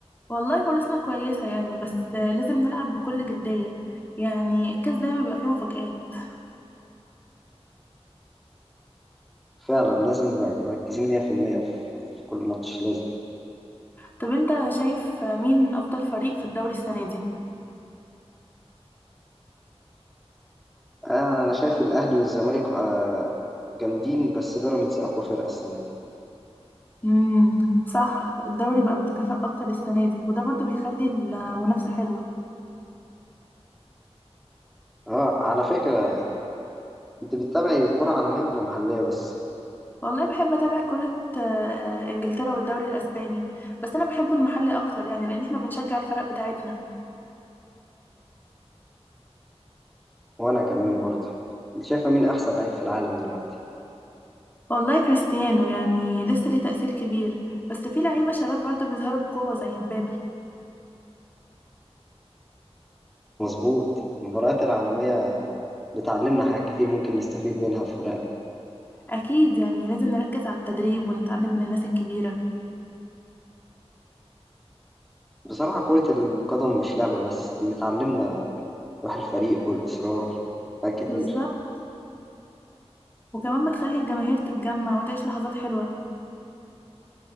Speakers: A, on the left; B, in the centre.
A: والله فرصنا كويسة يعني بس لازم نلعب بكل جدية يعني الكاس دايما بيبقى فيه مفاجآت
B: فعلا لازم نبقى مركزين 100% في المية في في كل ماتش لازم
A: طب أنت شايف مين أفضل فريق في الدوري السنة دي؟
B: آه أنا شايف الأهلي والزمالك آه جامدين بس بيراميدز أقوى فرقة السنة دي
A: امم صح الدوري بقى متكافئ اكتر السنه دي وده برضو بيخلي المنافسه حلوه
B: اه على فكرة أنت بتتابعي كرة عالمية ولا محلية بس؟
A: والله بحب اتابع كره آه، انجلترا والدوري الاسباني بس انا بحب المحلي اكتر يعني لان احنا بنشجع الفرق بتاعتنا
B: وأنا كمان برضه أنت شايفة مين أحسن لعيب في العالم دلوقتي؟
A: والله كريستيانو يعني لسه ليه تاثير كبير بس في لعيبه شباب برضو بيظهروا بقوه زي مبابي
B: مظبوط المباريات العالمية بتعلمنا حاجات كتير ممكن نستفيد منها في فرقنا
A: اكيد يعني لازم نركز على التدريب ونتعلم من الناس الكبيره
B: بصراحة كرة القدم مش لعبة بس دي بتعلمنا روح الفريق والإصرار حاجات كتير
A: بالظبط وكمان بتخلي الجماهير تتجمع وتعيش لحظات حلوه